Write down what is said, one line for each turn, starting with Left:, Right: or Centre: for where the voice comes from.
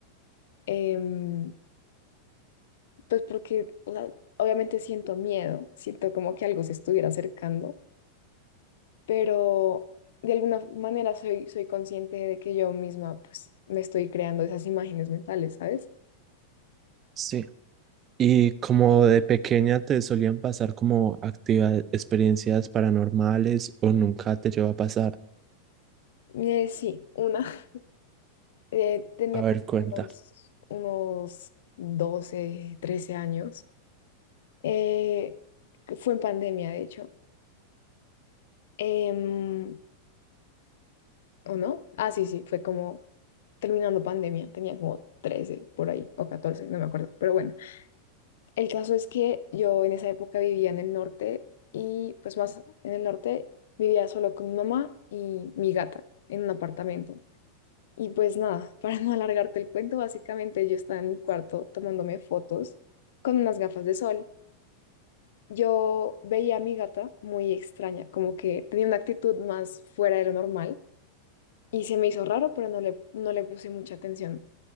Left: em, pues porque, o sea, obviamente siento miedo, siento como que algo se estuviera acercando, pero de alguna manera soy, soy consciente de que yo misma, pues, me estoy creando esas imágenes mentales, ¿sabes?
Right: Sí, Y como de pequeña te solían pasar como actividades, experiencias paranormales o nunca te llegó a pasar,
Left: Eh, sí, una. Eh, tenía
Right: a ver,
Left: por
Right: cuenta.
Left: unos, unos 12 13 años. Eh, que fue en pandemia, de hecho. Em, ¿o no? Ah, sí, sí, fue como terminando pandemia. Tenía como 13 por ahí, o 14 no me acuerdo. Pero bueno, el caso es que yo en esa época vivía en el norte y pues más en el norte vivía solo con mi mamá y mi gata en un apartamento. Y pues nada, <laughs> para no alargarte el cuento, básicamente yo estaba en mi cuarto tomándome fotos con unas gafas de sol. Yo veía a mi gata muy extraña, como que tenía una actitud más fuera de lo normal y se me hizo raro, pero no le, no le puse mucha atención.